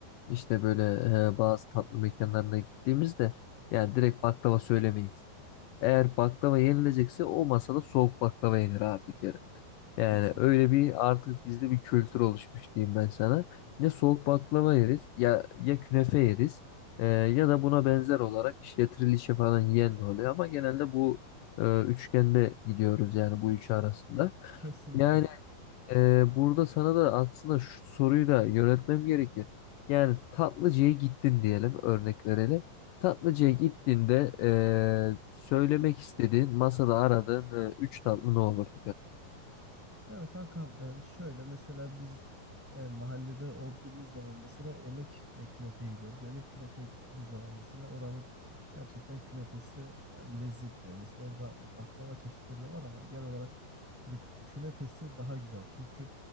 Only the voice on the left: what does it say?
işte böyle e, bazı tatlı mekanlarına gittiğimizde yani direkt baklava söylemeyiz. Eğer baklava yenilecekse o masada soğuk baklava yenir abi bir kere. Yani
öyle bir artık bizde bir kültür oluşmuş diyeyim ben sana. Ne soğuk baklava yeriz ya ya künefe yeriz e, ya da buna benzer olarak işte trilişe falan yiyen de oluyor ama genelde bu e, üçgende gidiyoruz yani bu üçü arasında.
Yani ee, burada sana da aslında şu soruyu da yöneltmem gerekir. Yani tatlıcıya gittin diyelim, örnek verelim. Tatlıcıya gittiğinde ee, söylemek istediğin, masada aradığın üç tatlı ne olurdu